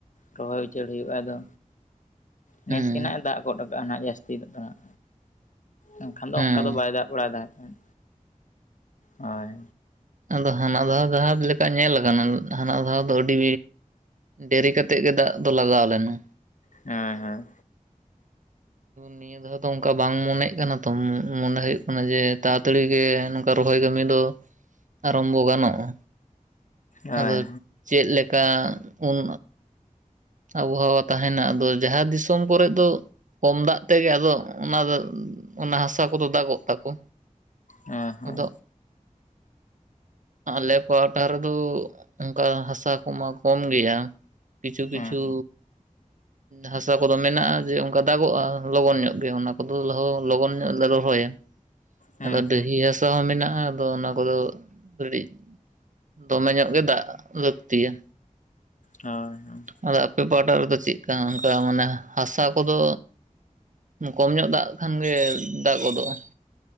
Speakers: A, on the left (about 65°); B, on the right (about 70°).
A: ᱨᱚᱦᱚᱭ ᱩᱪᱟᱹᱲ ᱦᱩᱭᱩᱜᱼᱟ ᱟᱫᱚ ᱱᱮᱥ
B: ᱦᱩᱸ
A: ᱜᱮᱱᱟᱜ ᱫᱟᱜ ᱜᱚᱫ ᱠᱟᱜᱼᱟ ᱱᱟᱦᱟᱜ ᱡᱟᱹᱥᱛᱤ ᱫᱚ ᱫᱚᱟᱢ ᱮᱱᱠᱷᱟᱱ ᱫᱚ
B: ᱦᱮᱸ
A: ᱚᱱᱠᱟ ᱫᱚ ᱵᱟᱭ ᱫᱟᱜ ᱠᱟᱜᱼᱟ ᱠᱚᱲ ᱫᱟᱜᱛᱟᱦᱮᱱ ᱦᱳᱭ
B: ᱟᱫᱚ ᱦᱟᱱᱟ ᱫᱷᱟᱣ ᱡᱟᱦᱟᱸ ᱞᱮᱠᱟ ᱧᱮᱞᱞᱟ ᱟᱠᱟᱱᱟ ᱦᱟᱱᱟ ᱫᱷᱟᱣ ᱫᱚ ᱟᱹᱰᱤ ᱫᱮᱨᱤ ᱠᱟ ᱠᱟᱛᱮᱮᱫ ᱜᱮ ᱫᱟᱜ ᱫᱚ ᱞᱟᱜᱟᱣ ᱞᱮᱱᱟ
A: ᱦᱮᱸ ᱦᱮᱸ
B: ᱱᱤᱭ ᱡᱚ ᱚᱱᱠᱟ ᱵᱟᱝ ᱢᱚᱱᱮᱜ ᱠᱟᱱᱟ ᱛᱚ ᱢᱚᱱᱮ ᱦᱩᱭᱩᱜ ᱠᱟᱱᱟ ᱡᱮ ᱛᱟᱲᱟᱛᱟᱲᱤ ᱜᱮ ᱱᱚᱝᱠᱟ ᱨᱚᱦᱚᱭ ᱠᱟᱹᱢᱤ ᱫᱚ ᱟᱨᱟᱢᱵᱷᱚ ᱜᱟᱱᱚᱜᱼᱟ
A: ᱦᱳᱭ
B: ᱟᱫᱚ
A: ᱦᱳᱭ
B: ᱪᱮᱫ ᱞᱮᱠᱟ ᱩᱱ ᱟᱵᱚᱦᱟᱣᱟ ᱛᱟᱦᱮᱱᱟ ᱟᱫᱚ ᱡᱟᱦᱟᱸ ᱫᱤᱥᱚᱢ ᱠᱚᱨᱮ ᱫᱚ ᱠᱚᱢ ᱫᱟᱜ ᱛᱮᱜᱮ ᱟᱫᱚ ᱚᱱᱟ ᱫᱚ ᱚᱱᱟ ᱦᱟᱥᱟ ᱠᱚᱫᱚ ᱫᱟᱜᱚᱜ ᱛᱟᱠᱚ
A: ᱦ ᱦᱮᱸ
B: ᱟᱫᱚ ᱟᱞᱮ ᱯᱦᱴᱟ ᱨᱮᱫᱚ ᱩᱱᱠᱩ ᱦᱟᱥᱟ ᱦᱥᱟ ᱠᱚᱢᱟ ᱠᱚᱢ ᱜᱮᱭᱟ ᱠᱤᱪᱷᱩ
A: ᱦᱳᱭ
B: ᱠᱤᱪᱷᱩ ᱦᱟᱥᱟ ᱠᱚᱫᱚ ᱢᱮᱱᱟᱜᱼᱟ ᱡᱮ ᱚᱱᱠᱟ ᱫᱟᱜᱚᱜᱼᱟ ᱞᱚᱜᱚᱱ ᱧᱚᱜ ᱜᱮ ᱚᱱᱟ ᱠᱚᱫᱚ ᱞᱚᱜᱚᱱ ᱧᱚᱜ ᱞ ᱦᱚᱭ
A: ᱦᱳᱭ
B: ᱟᱫᱚ
A: ᱦᱳᱭ
B: ᱰᱟᱹᱦᱤ ᱦᱟᱥᱟ ᱦᱚᱸ ᱢᱮᱱᱟᱜᱼᱟ ᱟᱫᱚ ᱚᱱᱟ ᱠᱚᱫᱚ ᱠᱟᱹᱴᱤᱡ ᱫᱚᱢᱮ ᱧᱚᱜ ᱜᱮ ᱫᱟᱜ ᱞᱟᱹᱠᱛᱤᱭᱟ
A: ᱦᱳᱭ ᱦᱳᱭ
B: ᱟᱫᱚ ᱟᱯᱮ ᱯᱟᱦᱴᱟ ᱨᱮᱫᱚ ᱪᱮᱫᱠᱟ ᱚᱱᱠᱟ ᱢᱟᱱᱮ ᱦᱟᱥᱟ ᱠᱚᱫᱚ ᱠᱚᱢ ᱧᱚᱜ ᱫᱟᱜ ᱠᱷᱟᱱ ᱜᱮ ᱫᱟᱜ ᱜᱚᱫᱚᱜᱼᱟ